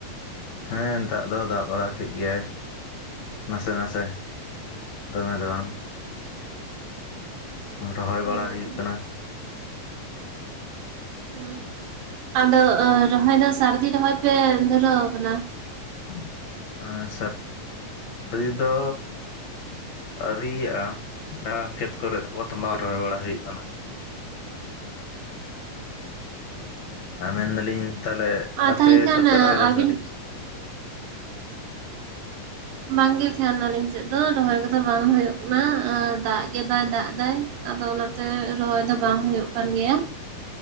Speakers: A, on the left; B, on the right.
A: ᱦᱮᱸ ᱫᱟᱜ ᱫᱚ ᱫᱟᱜ ᱵᱟᱲᱟ ᱠᱮᱫ ᱜᱮᱭᱟᱭ᱾ ᱱᱟᱥᱮ ᱱᱟᱥᱮ ᱫᱚᱢᱮ ᱫᱚ ᱵᱟᱝ᱾ ᱨᱚᱦᱚᱭ
B: ᱚ
A: ᱵᱟᱲᱟ ᱦᱩᱭᱩᱜ ᱠᱟᱱᱟ ᱾
B: ᱩᱸ ᱟᱫᱚ ᱨᱚᱦᱚᱭ ᱫᱚ ᱥᱟᱹᱨᱫᱤ ᱨᱚᱦᱚᱭ ᱯᱮ ᱫᱷᱩᱨᱟᱹᱣ ᱟᱠᱟᱱᱟ ᱾
A: <unintelligible> ᱥᱟ <inaudible> ᱥᱟᱹᱨᱫᱤ ᱫᱚ ᱟᱹᱨᱤᱭᱟᱜᱼᱟ <unintelligible> ᱠᱷᱮᱛ ᱠᱚᱨᱮᱫ <unintelligible> ᱨᱚᱦᱚᱭ ᱵᱟᱲᱟ ᱦᱩᱭᱩᱜ ᱠᱟᱱᱟ ᱾ ᱟᱨ ᱢᱮᱱᱫᱟᱞᱤᱧ ᱛᱟᱦᱚᱞᱮ
B: ᱟᱨ
A: ᱟᱯᱮ
B: ᱛᱟᱦᱚᱞᱮ ᱠᱷᱟᱱ
A: ᱫᱚᱯᱮ ᱨᱚᱦᱚᱭ ᱫᱟ
B: ᱟᱹᱵᱤᱱ
A: ᱥᱮ ᱟᱹᱨᱤ?
B: ᱵᱟᱝᱜᱮ ᱠᱷᱟᱱ ᱟᱞᱤᱧ ᱥᱮᱫ ᱫᱚ ᱨᱚᱦᱚᱭ ᱠᱚᱫᱚ ᱵᱟᱝ ᱦᱩᱭᱩᱜ ᱠᱟᱱᱟ ᱟᱨ ᱫᱟᱜ ᱜᱮ ᱵᱟᱭ ᱫᱟᱜ ᱮᱫᱟ᱾ ᱟᱫᱚ ᱚᱱᱟᱛᱮ ᱨᱚᱦᱚᱭ ᱫᱚ ᱵᱟᱝ ᱦᱩᱭᱩᱜ ᱠᱟᱱ ᱜᱮᱭᱟ